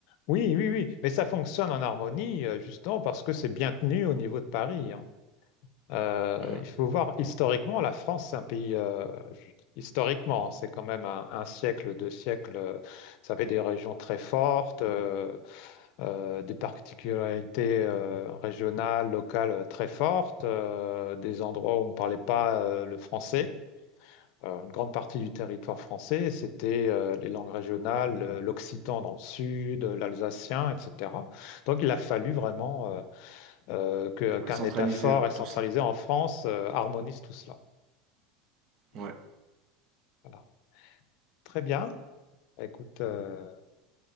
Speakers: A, on the left; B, on the right.
A: Oui, oui, oui. Mais ça fonctionne en harmonie, euh, justement, parce que c'est bien tenu au niveau de Paris. hein. Euh,
B: Mhm.
A: il faut voir, historiquement, la France, c'est un pays, euh, je- historiquement, hein, c'est quand même un, un siècle, deux siècles, euh, ça avait des régions très fortes, euh, euh, des particularités euh, régionales, locales euh, très fortes, euh, des endroits où on ne parlait pas euh, le français euh, une grande partie du territoire français. C'était euh, les langues régionales, euh, l'occitan dans le sud, euh, l'alsacien, etc. Donc il a fallu vraiment euh, euh, que-
B: Ouais,
A: qu'un
B: centraliser
A: État fort
B: un peu
A: et centralisé
B: tout ça.
A: en France euh, harmonise tout cela.
B: Ouais.
A: Voilà. Très bien. Écoute, euh,